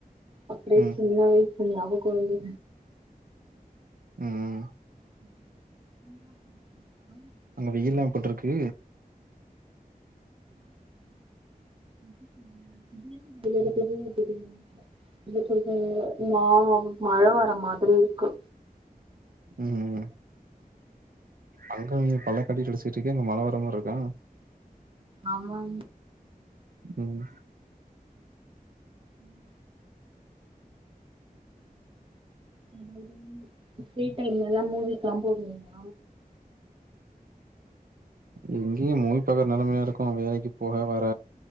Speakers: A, on the right (about 35°); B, on the right (about 70°).
A: அப்டியே
B: ம்
A: சின்ன வயசு ஞாபகோ வந்து
B: ம்
A: <unintelligible>
B: அங்க வெயில்லா எப்டிருக்கு
A: ம் <unintelligible> இங்க கொஞ்சோ மா மழ வர மாதிரி இருக்கு
B: ம் அங்கினி பல்லக்காட்டி அடிச்சுட்டு இருக்கு அங்க மல வரமாரிருக்கா
A: ஆமாங்க
B: ம்
A: ம் அதது ஃப்ரீ டைம்லல்லாம் மூவிக்லா போவிங்ளா
B: இங்கயு மூவி பாக்குற நிலைமையா இருக்கு வேலைக்கு போக வர